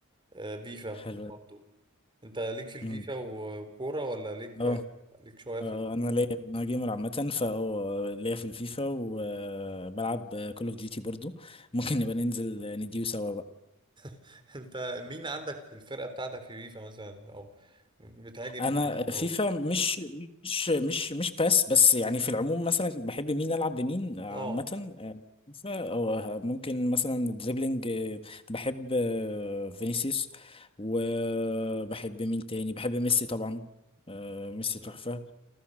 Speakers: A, on the right; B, on the left.
A: اه، فيفا
B: حلوة
A: برضه. انت ليك في الفيفا
B: أمم.
A: وكورة ولا ليك
B: اه
A: ليك شوية
B: آه،
A: في ال...
B: انا ليا انا جيمر عامه فا آه، ليا في الفيفا وبلعب كول اوف ديوتي برضو ممكن نبقى ننزل نديو سوا بقى
A: <laughs> انت مين عندك في الفرقة بتاعتك في فيفا مثلا او بتهاجم
B: انا
A: مين او
B: فيفا مش مش مش مش باس بس يعني في العموم مثلا بحب مين العب بمين آه،
A: اه
B: عامه آه، فيفا او آه، ممكن مثلا دريبلينج آه، بحب آه، فينيسيوس وبحب مين تاني بحب ميسي طبعا آه، ميسي
A: مم.
B: تحفه